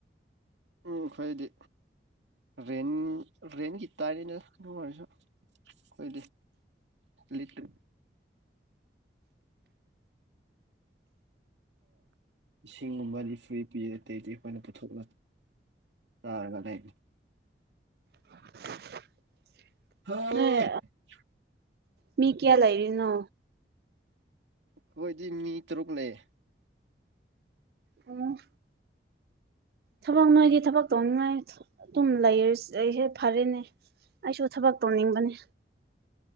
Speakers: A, on the right (about 90°); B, on the right (about 60°).
A: ꯎꯝ ꯑꯩꯈꯣꯏꯗꯤ ꯔꯦꯟ ꯔꯦꯟꯒꯤ ꯇꯥꯏꯔꯤꯅꯦ ꯑꯗꯨꯝ ꯑꯣꯏꯔꯁꯨ ꯑꯩꯈꯣꯏꯗꯤ ꯂꯤꯠꯇ ꯏꯁꯤꯡꯒꯨꯝꯕ ꯐꯔꯤ ꯄꯤ ꯑꯇꯩꯗꯤ ꯑꯩꯈꯣꯏꯅ ꯄꯨꯊꯣꯛꯂ ꯇꯅꯦ <inaudible>
B: <unintelligible>
A: <inaudible>
B: ꯅꯣꯏ ꯃꯤ ꯀꯌꯥ ꯂꯩꯔꯤꯅꯣ
A: ꯑꯩꯈꯣꯢꯗꯤ ꯃꯤ ꯇꯔꯨꯛ ꯂꯩ
B: ꯎꯝ ꯊꯕꯛ ꯅꯣꯏꯗꯤ ꯊꯕꯛ ꯇꯧꯅꯤꯡꯉꯥꯏ ꯑꯗꯨꯝ ꯂꯩꯔ ꯑꯩꯁꯦ ꯐꯔꯦꯅꯦ ꯑꯩꯁꯨ ꯊꯕꯛ ꯇꯧꯅꯤꯡꯕꯅꯦ